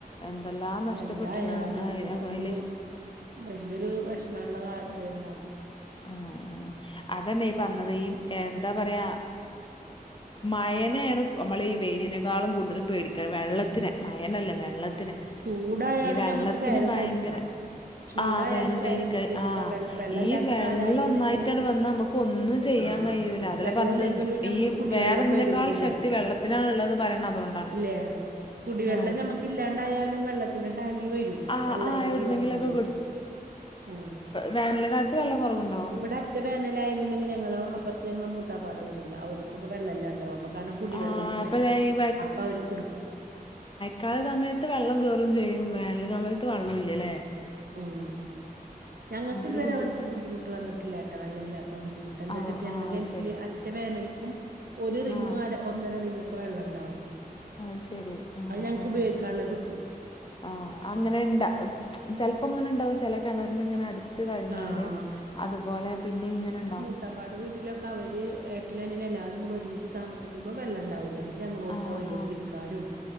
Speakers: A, on the left; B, on the right.
A: എന്തെല്ലാം നഷ്ടപ്പെട്ടണ്
B: എന്തായാലും ഒരു
A: അയില്
B: വലിയൊരു വിഷമുള്ള ഒരു ഇത് തന്നെ അത്
A: ആഹ് ആഹ് അതെന്നെ ഈ പറഞ്ഞത്
B: അത്ര
A: ഈ എന്താ പറയാ മയനയാണ് നമ്മൾ ഈ വെയിനിക്കാളും കൂടുതലും പേടിക്കേണ്ട വെള്ളത്തിന് മയനല്ല വെള്ള ത്തിനെ
B: ചൂടായാലും
A: ഈ വെള്ളത്തിന്
B: ഞമ്മക്ക് ഫാനിട്ടരിക്കാം
A: ഭയങ്കര
B: ചൂടായാലും
A: ആ ഫാനിട്ടയിരിക്ക
B: ഫാനിട്ടിട്ടിരിക്കാ
A: ആ
B: വെള്ള വെള്ളല്ലാത്ത
A: ഈ വെള്ളം
B: കാലായിണ്ടെങ്കിലും
A: ഒന്നായിട്ടാണ് വന്ന നമുക്ക് ഒന്നും ചെയ്യാൻ
B: ആഹ്
A: കഴിയൂല്ല അതല്ല
B: വെള്ളല്ലെങ്കിലും
A: പറഞ്ഞത്
B: ഞമ്മക്ക്
A: ഈ
B: കുടിവെള്ളം
A: വേറെ ഒന്നേകാല്‍
B: വരുംന്ന് വിചാരിക്കാം
A: ശക്തി ത്തി വെള്ളത്തിനാണ് ഉള്ളതെന്ന് പറയന്നത് അതുകൊണ്ടാണ്
B: ഇല്ലേ? കുടിവെള്ളം
A: ആഹ്
B: നമ്മക്ക് ഇല്ലാണ്ടായാല് വെള്ളത്തിന്റെ ടാങ്കി വരും
A: ആഹ്
B: വെള്ളായിട്ടു
A: ആഹ് എവിടുന്നെങ്കിലൊക്കെ
B: ള്ളേടുത്തുന്ന് ഓ
A: വേനൽ കാലത്ത് വെള്ള കുറവുണ്ടാ
B: ഇവിടെ അറ്റ വേനലായിട്ടക്കി ഞങ്ങള്‍ അപ്പുറത്ത് ഞങ്ങള് മു ത്തപ്പാ എന്റെ വീട് ഉണ്ട് അവർക്കൊക്കെ വെള്ളം ഇല്ലാണ്ടാവും അപ്പ കാരണം കുടിവെള്ളം
A: ആഹ്
B: വരും
A: അപ്പൊ ദേ ഈ
B: അപ്പൊ അവർക്ക് എടുക്കും
A: കാല സമയത്ത് വെള്ളം കയറും ചെയ്യും വേനൽ സമയത്ത് വെള്ളം ഇല്ലല്ലേ
B: ഉം ഞങ്ങൾക്ക്
A: എന്തൊരു
B: ഇതുവരെ
A: ബുദ്ധി
B: അവനത്തെ ബുദ്ധിമുട്ട് വന്നിട്ടില്ല കേട്ടോ വെള്ളില്ലാത്ത ബുദ്ധിമുട്ട് എന്താച്ചിട്ട്
A: ആഹ്
B: ഞങ്ങളെ
A: ആഹ്
B: ഗിണറ്റില്
A: അത് ശരി
B: അറ്റ വേനൽക്കും ഒരു റിങ്ങും
A: ആഹ്
B: അര ഒന്നര റിംങ്ങൊക്കെ വെള്ളം ഉണ്ടാവും
A: അത് ശരി ആഹ്
B: അയ് ഞങ്ങക്ക്
A: ആഹ്
B: ഉപയോഗിക്കാനുള്ള കിട്ടും
A: ആഹ് അങ്ങനെ ഇണ്ടാ ചിലപ്പോ അങ്ങനെ ഉണ്ടാവും ചില കിണറിന് ഇങ്ങനെ അടു വച്ച് കഴിഞ്ഞാൽ
B: ആഹ്
A: അതുപോലെ പിന്നെ ഇങ്ങനെ ഉണ്ടകും
B: ത്തപ്പാട വീട്ടിലൊക്കെ അവര് ഏട്ടനും അനിയനും എല്ലാരും കൂടെ ഒരുമിച്ച് താമസി കുമ്പോ വെള്ളം ഉണ്ടാവൂല എന്നി ഞങ്ങളോടുക്ക
A: ആഹ്
B: വര്യ
A: ആഹ്
B: കുളിക്കാനും